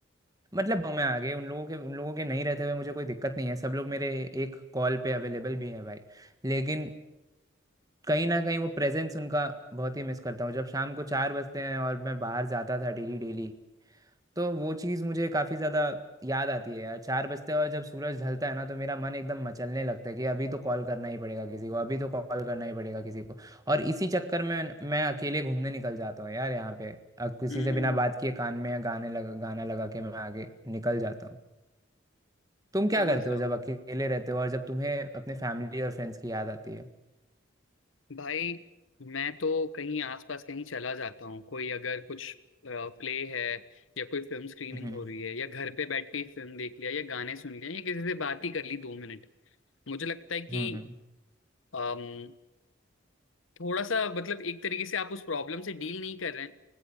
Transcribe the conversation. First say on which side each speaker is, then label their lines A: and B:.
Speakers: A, on the right; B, on the left.
A: मतलब मैं आ गए उन लोगों के उन लोगों के नहीं रहते हुए मुझे कोई दिक्कत नहीं है सब लोग मेरे एक कॉल पे अवेलेबल भी हैं भाई लेकिन कहीं ना कहीं वो प्रेजेंस उनका बहुत ही मिस करता हूँ जब शाम को चार बजते हैं और मैं बाहर जाता था डेली डेली तो वो चीज़ मुझे काफ़ी ज़्यादा याद आती है यार चार बजते हैं और जब सूरज ढलता है ना तो मेरा मन एकदम मचलने लगता है कि अभी तो कॉल करना ही पड़ेगा किसी को अभी तो कॉल करना ही पड़ेगा किसी को और इसी चक्कर में मैं अकेले घूमने निकल जाता हूँ यार यहाँ पे अ, किसी
B: हम्म
A: से बिना बात किए कान में गाने लगा गाना लगा के मैं आगे निकल जाता हूँ तुम क्या
B: समझ
A: करते
B: रहा
A: हो जब
B: हूँ
A: अकेले रहते हो और जब तुम्हें अपने फैमिली और फ्रेंड्स की याद आती है
B: भाई मैं तो कहीं आसपास कहीं चला जाता हूँ कोई अगर कुछ प्ले है या कोई फिल्म स्क्रीनिंग
A: हम्म
B: हो रही है या घर पे बैठ के ही फिल्म देख लिया या गाने सुन लिया या किसी से बात ही कर ली दो मिनट मुझे लगता है कि
A: हम्म हम्म,
B: अम, थोड़ा सा मतलब एक तरीके से आप उस प्रॉब्लम से डील नहीं कर रहे हैं